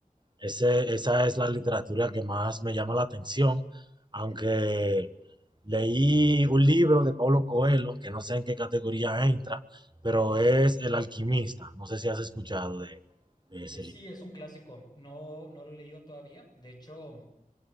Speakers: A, on the right; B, on the left.
A: Ese- esa es la literatura que más me llama la atención, aunque leí un libro de Paulo Coelho, que no sé en qué categoría entra, pero es El Alquimista. No sé si has escuchado de, de ese
B: Eh, sí,
A: libro.
B: es un clásico. No, no lo he leído todavía. De hecho,